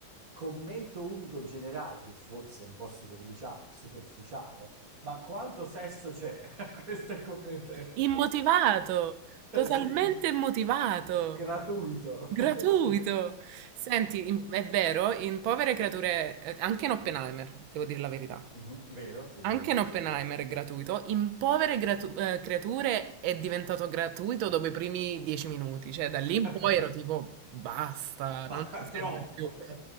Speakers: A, on the right; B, on the right.
A: commento unico generale, che forse è un po' superficia- superficiale ma quanto sesso c'è? <laughs> Questo è il commento. <laughs>
B: immotivato, totalmente
A: Sì.
B: immotivato,
A: Gratuito.
B: gratuito.
A: <laughs> Sì.
B: Senti, in- è vero, in Povere Creature, eh, anche in Oppenheimer, devo dire la verità,
A: Mhm, vero? Sì,
B: anche
A: l'ho vi-
B: in
A: sì,
B: Oppenheimer
A: è vero.
B: è gratuito, in Povere Gratu- eh, Creature è diventato gratuito dopo i primi dieci minuti, cioè da lì
A: <laughs>
B: in poi ero tipo, basta,
A: Ma
B: non ci
A: troppo.
B: serve più.
A: <laughs>